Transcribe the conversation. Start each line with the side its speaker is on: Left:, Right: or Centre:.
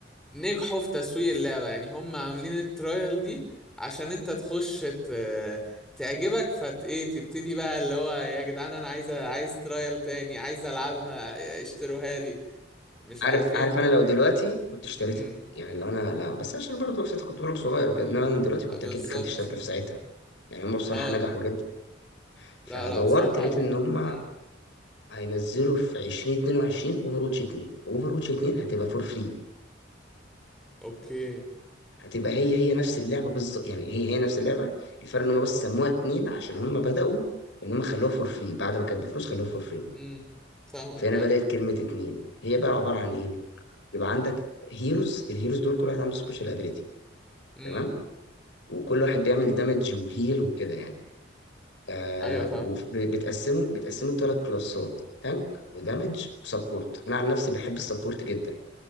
Centre: نجحوا في تسويق اللعبة يعني هم عاملين الترايل دي عشان انت تخش ت- تعجبك فت ايه تبتدي بقى اللي هو يا جدعان انا عايز عايز ترايل تاني عايز العبها اشتروها لي مش
Left: عارف
Centre: عارف ايه
Left: عارف
Centre: ف...
Left: انا لو دلوقتي كنت اشتريتها
Centre: امم
Left: يعني لو انا لا بس عشان برضه وقتها كنت بقولك صغير وكده انما انا دلوقتي
Centre: اه
Left: كنت
Centre: بالظبط
Left: اكيد دخلت اشتريتها في ساعتها يعني هم بصراحه
Centre: اه
Left: نجحوا جدا فدورت
Centre: لا لا بصراحة
Left: لقيت ان هم
Centre: امم
Left: هينزلوا في 2022 اوفر واتش 2 اوفر واتش 2 هتبقى فور فري
Centre: اوكي
Left: هتبقى هي هي نفس اللعبه بالظبط يعني هي هي نفس اللعبه الفرق ان هم بس سموها 2 عشان هم بداوا ان هم خلوها فور فري بعد ما كانت بفلوس خلوها فور فري
Centre: امم فاهمك
Left: فهنا
Centre: ايوه
Left: بدات كلمه 2 هي بقى عباره عن ايه؟ يبقى عندك هيروز الهيروز دول كل واحد عنده سبيشال ابيليتي
Centre: امم
Left: تمام وكل واحد بيعمل دامج وهيل وكده يعني آه
Centre: ايوه فاهم
Left: وبتقسمه بتقسمه ثلاث كلاسات تانك ودامج وسبورت انا عن نفسي بحب السبورت جدا